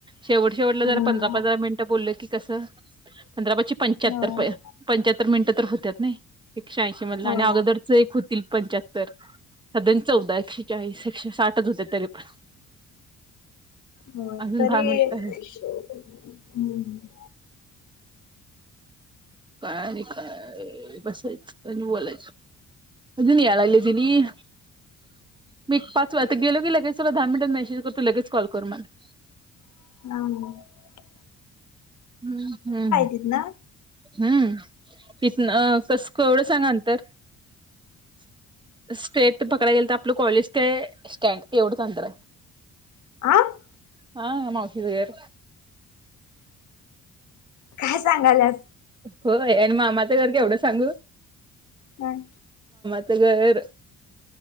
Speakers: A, on the right (about 15°); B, on the left (about 70°).
A: शेवट शेवट ला
B: हम्म
A: जरा पंधरा पंधरा मिनिट. बोलल की कसं पंधरा पा पंच्याहत्तर
B: होय.
A: पंच्याहत्तर मिनिटं तर होत्या नाही एकशे ऐंशी मधलं
B: होय
A: आणि अगोदरच एक होतील पंच्याहत्तर साध्याण चौदा एकशे चाळीस एकशे साठच होते तरी पण <inaudible>
B: हो
A: अजून
B: तरी
A: दहा मिनिट आहे
B: <inaudible> हम्म <inaudible>
A: काय आणि काय बसयच बोलायचं अजुन यलागलत यांनी <inaudible> मी पाच वाेता गेलो की लगेच तला दहा मिनिटात मेसेज करतो लगेच कॉल करू मला <inaudible>
B: ह
A: हम्म हम्म
B: तिथन
A: <inaudible> हम्म <inaudible> इथ कसं एवढं सांगंतर <inaudible> स्टेट पक क गेल तर आपलं कॉलेज ते स्टँड एवढच अंतर आहे <inaudible>
B: आह <inaudible>
A: हा मावशी च घर
B: काय सांगालस.
A: होय आणि मामाचं घर केवड सांगू.
B: हम्.
A: गर